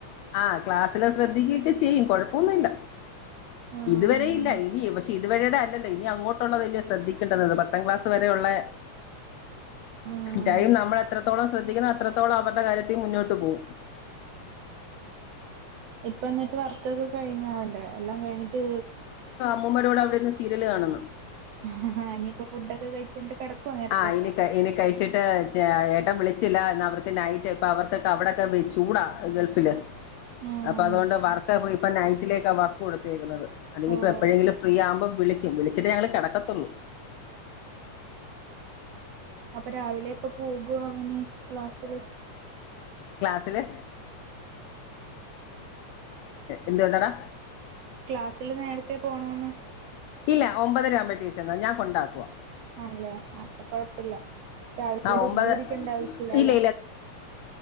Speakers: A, on the left (about 80°); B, on the right (about 70°).
A: ആ ക്ലാസ്സില് ശ്രദ്ധികോകെ ചെയ്യും കൊഴപ്പൊന്നുല്ല
B: ആഹ്
A: ഇതുവരെ ഇല്ല ഇനി വക്ഷെ ഇതുവരെ അ അല്ല ഇനി അങ്ങോട്ടുള്ളതല്ലേ ശ്രദ്ധിക്കേണ്ടത് പത്താംക്ലാസ് വ <unintelligible>
B: ആഹ്
A: ടൈം നമ്മള് എത്രത്തോളം ശ്രദ്ധിക്കുന്ന അത്രത്തോളം അവരുടെ കാര്യത്തിൽ മുന്നോട്ട് പോവും
B: ഇപ്പ എന്നിട്ട് വർകോക്കെ കഴിഞ്ഞാ വല്ലേ എല്ലാം കഴിഞ്ഞിട്ട്
A: അമ്മുമ്മയുടെ കുടെ അവിടെര്ന്ന് സീരിയല് കാണുന്ന്
B: ഹാ ഹാ ഇനിയിപ്പോ ഫുഡൊക്കെ കഴിച്ചിട്ട് കെടക്കുവോ നേരത്തേക്ക്
A: ആ ഇനി ക ഇനി കഴിച്ചിട്ട് ഏട്ടൻ വിളിച്ചില്ല ഇന്ന് അവർക്ക് നൈറ്റ് ഇപ്പ അവർക്കൊക്കെ അവിടെക്കെ ചൂടാ ഗൾഫില്
B: ആഹ്
A: അപ്പൊ അതുണ്ട് വർ <unintelligible> ഇപ്പ നൈറ്റിലേക്കാ വർക്ക് കൊടുത്തേക്കുന്നത് അതിനി
B: ഓഹ്
A: ഇപ്പം എപ്പോഴെങ്കിലും ഫ്രീ ആകുമ്പം വിളിക്കും വിളിച്ചിട്ടേ ഞങ്ങള് കെടക്കതോള്ളൂ
B: അപ്പ രാവിലെ ഇപ്പൊ പോകുവാന്ന് ക്ലാസ്സില്
A: ക്ലാസ്സില് എന്ത് വേണ്ടടാ
B: ക്ലാസ്സില് നേരത്തെ പോണോ ന്ന്
A: ഇല്ല ഒമ്പതര ആവുമ്പഴത്തേക്ക് ചെന്നാ ഞാൻ കൊണ്ടാക്കും
B: ആല്ലേ ആ അപ്പൊ കൊഴപ്പല്ല രാവിലെ
A: ആഹ്
B: ദിർദി
A: ഒമ്പത്
B: പിടിക്കേണ്ട ആവശ്യല്ല
A: ഇല്ല
B: അല്ലെ